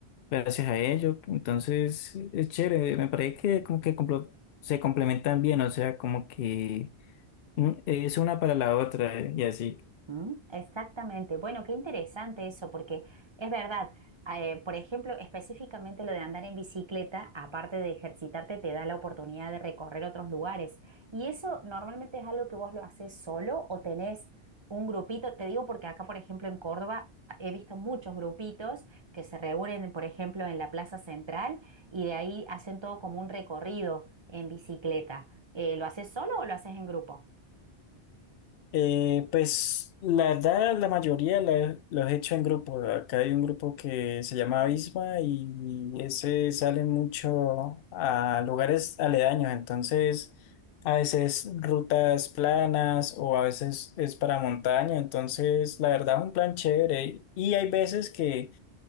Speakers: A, on the left; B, on the right.
A: gracias a ello, entonces es chévere, me parece que como que complo- se complementan bien, o sea, como que Mm, Es una para la otra, eh, y así.
B: Mm, Exactamente. Bueno, qué interesante eso, porque es verdad, ah, eh, por ejemplo, específicamente lo de andar en bicicleta, aparte de ejercitarte, te da la oportunidad de recorrer otros lugares. ¿Y eso normalmente es algo que vos lo haces solo o tenés un grupito? Te digo porque acá, por ejemplo, en Córdoba, a- he visto muchos grupitos que se reúnen, por ejemplo, en la Plaza Central y de ahí hacen todo como un recorrido en bicicleta. Eh, ¿lo haces solo o lo haces en grupo?
A: Eh, pues la verdad, la mayoría la- los he hecho en grupo. Acá hay un grupo que se llama Abisma y ese sale mucho a lugares aledaños. Entonces, a veces rutas planas o a veces es para montaña. Entonces, la verdad, un plan chévere. Y hay veces que,